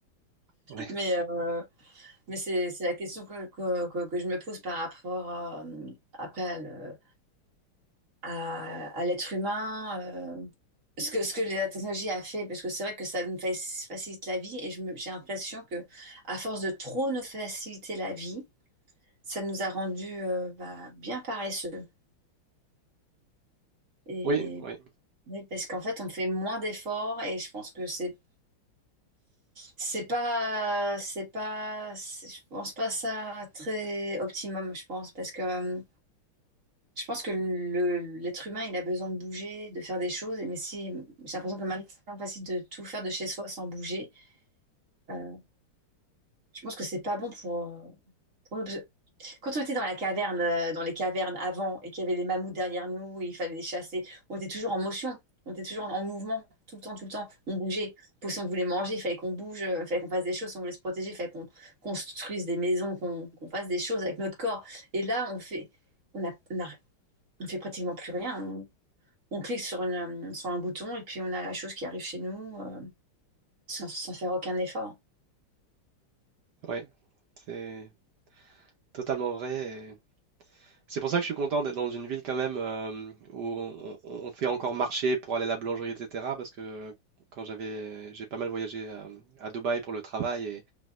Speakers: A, on the right; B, on the right.
A: Ouais.
B: Mais, euh, mais c'est, c'est la question que, que, que- que je me pose par rapport à, euh, après à, le- à- à l'être humain, euh, ce que, ce que la technologie a fait, parce que c'est vrai que ça nous faci- facilite la vie et je me- j'ai l'impression que à force de trop nous faciliter la vie, ça nous a rendu euh, bah, bien paresseux. Et,
A: Oui, oui.
B: oui, parce qu'en fait, on fait moins d'efforts et je pense que c'est C'est pas, c'est pas, c'est- je pense pas ça très optimum, je pense, parce que euh, je pense que le, l'être humain, il a besoin de bouger, de faire des choses, mais si j'ai l'impression que maintenant, c'est tellement facile de tout faire de chez soi sans bouger, euh, je pense que c'est pas bon pour, euh, pour nous. Quand on était dans la caverne, euh, dans les cavernes avant, et qu'il y avait les mammouths derrière nous, il fallait les chasser, on était toujours en motion, on était toujours en mouvement, tout le temps, tout le temps. On bougeait. Pour, si on voulait manger, il fallait qu'on bouge, euh, il fallait qu'on fasse des choses. Si on voulait se protéger, il fallait qu'on construise des maisons, qu'on qu'on fasse des choses avec notre corps. Et là, on fait, on a, on a- on fait pratiquement plus rien. On, on clique sur une, euh, sur un bouton et puis on a la chose qui arrive chez nous, euh, sans, sans faire aucun effort.
A: Ouais, c'est totalement vrai. et C'est pour ça que je suis content d'être dans une ville quand même euh, où on, on- on fait encore marcher pour aller à la boulangerie, etc. Parce que quand j'avais, j'ai pas mal voyagé euh, à, Dubaï pour le travail et